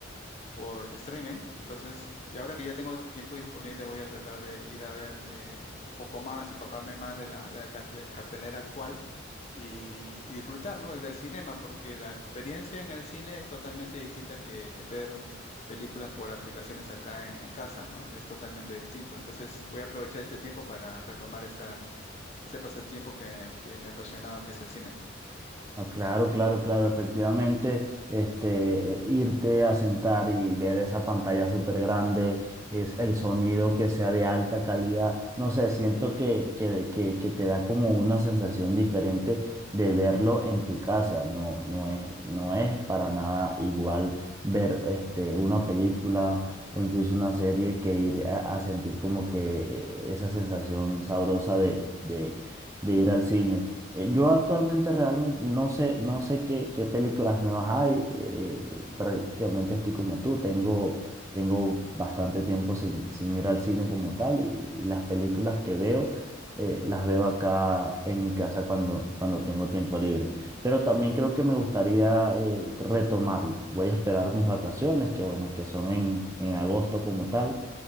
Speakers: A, on the left; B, on the right.
A: por streaming. Entonces, y ahora que ya tengo tiempo disponible, voy a tratar de ir a ver eh, un poco más, empaparme más de la, de la carte- cartelera actual y, y disfrutar, ¿no? Desde el cinema, porque la experiencia en el cine es totalmente distinta que ver películas por aplicaciones acá en, en casa, ¿no? Es totalmente distinto. Entonces, voy a aprovechar este tiempo para retomar esa, ese pasatiempo que, que me apasionaba, que es el cine.
B: No, claro, claro, claro, efectivamente, este, irte a sentar y ver esa pantalla súper grande, es el sonido que sea de alta calidad, no sé, siento que, que, que, que te da como una sensación diferente de verlo en tu casa, no, no es, no es para nada igual ver este, una película o incluso una serie que ir a, a sentir como que eh, esa sensación sabrosa de, de de ir al cine. Eh, Yo actualmente realmente no sé, no sé qué, qué películas nuevas hay. eh, prácticamente estoy como tú. Tengo, tengo bastante tiempo sin, sin ir al cine como tal y, y las películas que veo eh, las veo acá en mi casa cuando, cuando tengo tiempo libre. Pero también creo que me gustaría eh, retomarlo. Voy a esperar mis vacaciones, que bueno, que son en, en agosto como tal